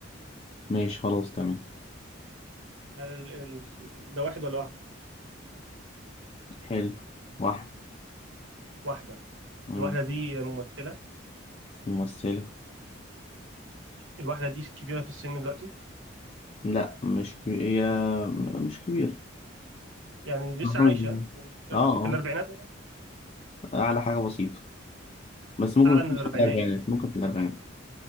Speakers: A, on the left; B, on the right.
A: ماشي خلاص تمام
B: هل ال- ال- ده واحد ولا واحدة
A: حلو واحد
B: واحدة
A: أمم،
B: الواحدة دي ممثلة
A: ممثلة
B: الواحدة دي كبيرة في السن دلوقتي
A: لا مش كبير هي م- مش كبير
B: يعني لسه
A: <laughs>
B: عايشة ومش كبيرة
A: اه اه
B: في السن في الأربعينات مثلاً؟
A: أعلى حاجة بسيطة بس ممكن
B: أعلى من الأربعينات
A: في الأربعينات ممكن في الأربعينات